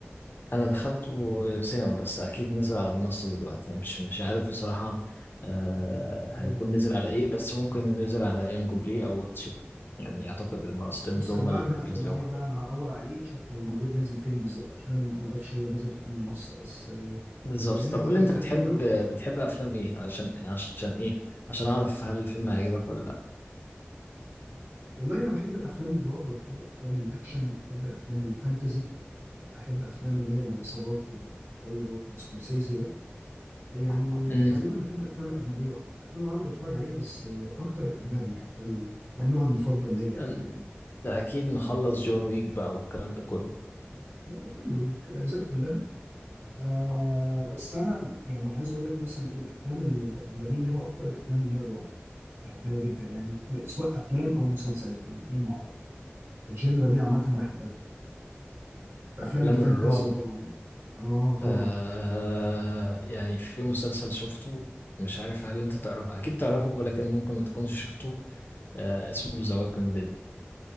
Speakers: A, on the left; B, on the right.
A: انا دخلته سينما بس اكيد نزل على منصة دلوقتي يعني مش مش عارف بصراحة آه
B: آه،
A: هيكون نزل على ايه بس ممكن نزل على يانجو بلاي او واتش إت. يعني اعتقد المنصتين
B: بص
A: دول هما
B: انا بعد
A: اللي
B: ما اقفل
A: بيسبقوها
B: معاك بقى انا هدور عليه اشوف هو موجود نازل فين بالظبط عشان انا ما اعرفش هو نازل في انهي منصه بس آه،
A: بالظبط
B: بما انك
A: طب قول
B: انت
A: لي انت
B: دخلت
A: بتحب
B: سينما
A: بتحب افلام ايه علشان عشان ايه عشان اعرف هل الفيلم هيعجبك ولا لا
B: والله انا بحب الافلام الرعب بحب افلام الاكشن بحب افلام الفانتازي احب افلام اللي هي العصابات والجو اللي هو بتاع سكورسيزي ده. يعني
A: امم
B: غالبا بحب الافلام الاجنبيه اكتر الافلام العربي بتفرج عليها بس آه، الاكتر الاجنبي يعني ده ال- ده النوع المفضل ليا
A: انت
B: قوي يعني
A: اكيد مخلص
B: اه
A: جون ويك بقى والكلام ده كله
B: لا كله ال- الاجزاء كلها آه بس انا يعني عايز اقول لك مثلا ايه الافلام اللي ب- اللي بميل ليها اكتر الافلام اللي هي الرعب بحبها جدا يعني ب- سواء افلام او مسلسلات الاثنين مع بعض الجينرا دي عامه بحبها افلام
A: افلام
B: الفانتازيا
A: الرعب
B: طبعا يعني اه طبعا
A: آه يعني في مسلسل شفته مش عارف هل انت تعرف اكيد تعرفه ولكن ممكن ما تكونش شفته آه اسمه ذا ووكينج ديد